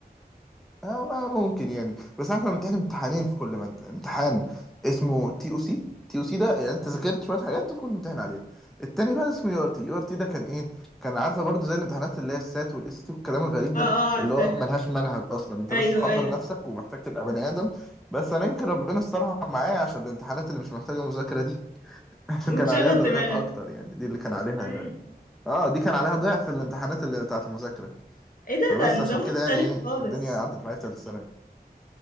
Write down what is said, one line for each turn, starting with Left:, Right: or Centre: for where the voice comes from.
Centre: آه ما ممكن يعني بس احنا بنمتحن امتحانين في كل مادة امتحان اسمه تي او سي تي او سي ده يعني انت ذاكرت شوية حاجات تدخل الامتحان عليها التاني بقى اسمه يو ار تي يو ار تي ده كان ايه كان عارفة برضو زي الامتحانات اللي هي السات والاس تي والكلام الغريب ده
Left: اه اه عارفاها
Centre: اللي هو ملهاش منهج اصلا انت
Left: ايوه
Centre: بس حضر
Left: ايوه
Centre: نفسك ومحتاج تبقى بني ادم بس انا يمكن ربنا استرها معايا عشان الامتحانات اللي مش محتاجة مذاكرة دي <laughs> عشان
Left: وتشغل
Centre: كان عليها درجات
Left: دماغك
Centre: اكتر يعني دي اللي كان عليها
Left: اوكي
Centre: اه دي كان عليها ضعف الامتحانات اللي بتاعت المذاكرة
Left: ايه ده
Centre: فبس
Left: ده نظام
Centre: عشان
Left: مختلف
Centre: كده يعني ايه
Left: خالص
Centre: الدنيا عدت معايا في ثالث سنة